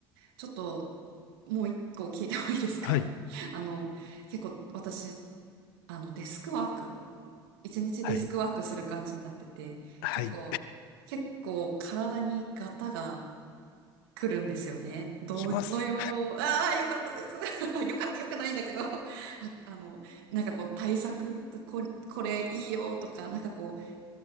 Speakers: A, on the right; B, on the left.
A: ちょっと、もう一個聞いてもいいですか
B: はい、
A: <laughs> あの、結構私、あの、デスクワーク、一日デスクワークする感じになってて、
B: はい、はい、
A: 結構、結構体にガタが来るんですよね。どのよう、
B: 来ます。
A: ああ、よかったです。<laughs> よかった、よくないんだけど、あ、あの、なんかこう対策、こ、これいいよとか、なんかこう、